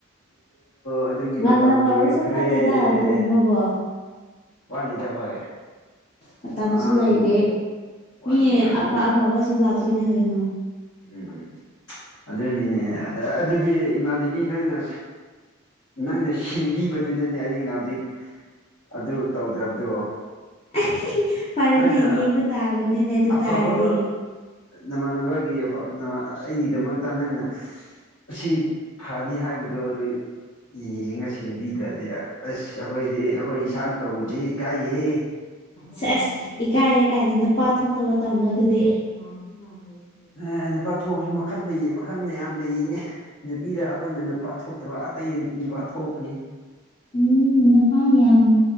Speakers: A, on the left; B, on the left.
A: ꯑꯗꯨꯒꯤ ꯑꯗꯨꯗꯣ
B: ꯉꯟꯅ
A: ꯃꯇꯝ ꯂꯣꯏꯈ꯭ꯔꯦ
B: ꯇꯧꯔꯁꯨ ꯐꯠꯇꯦꯗ ꯑꯗꯨꯒꯨꯝꯕꯕꯣ
A: ꯋꯥꯠꯂꯤꯗ ꯍꯣꯏ
B: ꯃꯇꯝꯁꯨ
A: ꯑꯉꯥꯡ
B: ꯂꯩꯔꯤ
A: ꯋꯥꯠꯂꯤ
B: ꯃꯤ
A: ꯑꯗꯨ
B: ꯑꯐ ꯑꯐꯕꯁꯨ ꯂꯥꯛꯇꯣꯏꯅꯦ ꯀꯩꯅꯣ
A: ꯎꯝ ꯑꯗꯨꯅꯤꯅꯦ ꯑꯗ ꯑꯗꯨꯗꯤ ꯏꯃꯥꯟꯅꯕꯤ ꯅꯪꯅ ꯅꯪꯅ ꯁꯦꯝꯕꯤꯕꯗꯨꯗꯅꯦ ꯑꯩ ꯉꯧꯖꯤꯛ ꯑꯗꯨ ꯇꯧꯗ꯭ꯔꯕꯗꯣ
B: <unintelligible>
A: ꯅꯣꯏꯅ
B: ꯌꯦꯡꯕ ꯇꯥꯕꯅꯤꯅꯦ ꯑꯗꯨ
A: ꯑꯐꯕ
B: ꯇꯥꯔꯗꯤ
A: ꯅꯃꯥꯟꯅꯕꯒꯤ ꯐꯅ ꯑꯩꯒꯤꯗꯃꯛꯇ ꯅꯪꯅ ꯁꯤ ꯐꯅꯤ ꯍꯥꯏꯕꯗꯣ ꯑꯗꯨ ꯌꯦꯡꯉ ꯁꯦꯝꯕꯤꯗ꯭ꯔꯗꯤ ꯑꯁ ꯑꯩꯈꯣꯏꯗꯤ ꯑꯩꯈꯣꯏ ꯏꯁꯥꯅ ꯇꯧꯕꯗꯤ ꯏꯀꯥꯏꯌꯦ
B: ꯁꯦꯁ ꯏꯀꯥꯏꯌꯦ ꯀꯥꯏꯅ ꯅꯨꯄꯥ ꯊꯣꯛꯇꯕ ꯇꯧꯅꯣ ꯑꯗꯨꯗꯤ ꯉꯥꯄ꯭ꯔꯨꯝ ꯃꯥꯜꯂꯦ ꯑꯗꯨꯗꯣ
A: ꯑꯥ ꯅꯨꯄꯥ ꯊꯣꯛꯑꯁꯨ ꯃꯈꯜ ꯂꯩꯌꯦ ꯃꯈꯜ ꯃꯌꯥꯝ ꯂꯩꯅꯦ ꯅꯨꯄꯤꯗ ꯑꯈꯣꯏꯅ ꯅꯨꯄꯥ ꯊꯣꯛꯇꯕ ꯑꯇꯩ ꯅꯨꯄꯥ ꯊꯣꯛꯄꯅꯤ
B: ꯎꯝ ꯅꯨꯄꯥ ꯌꯥꯝ